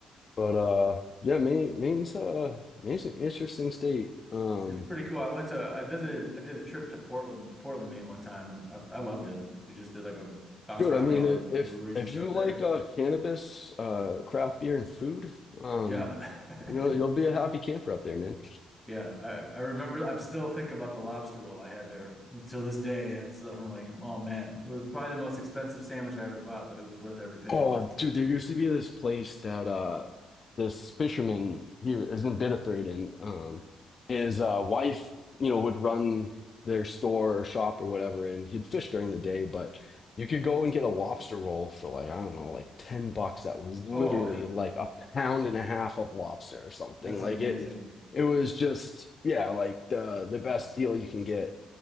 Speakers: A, on the left; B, in the centre.
A: but uh, yeah, Maine, Maine's uh, Maine's an interesting state. Um,
B: It's pretty cool. I went to, I visited, I did a trip to Portland, Portland, Maine one time, and I, I loved it. We just did like a bounce
A: Dude,
B: around,
A: I mean,
B: like all the
A: i- if
B: breweries
A: if
B: and stuff
A: you
B: there.
A: like uh, cannabis, uh, craft beer, and food, um,
B: Yeah. <laughs>
A: you know, you'll be a happy camper up there, man.
B: Yeah, I, I remember. I still think about the lobster roll I had there till this day. It's I'm like, oh man, it was probably the most expensive sandwich I ever bought, but it was worth every penny.
A: Oh, dude, there used to be this place that uh this fisherman here is in Biddeford and um his uh wife, you know, would run their store or shop or whatever and he'd fish during the day, but you could go and get a lobster roll for like, I don't know, like 10 bucks that was literally
B: Oh,
A: like a pound and a half of lobster or something.
B: that's
A: Like
B: amazing.
A: it it was just yeah, like the the best deal you can get.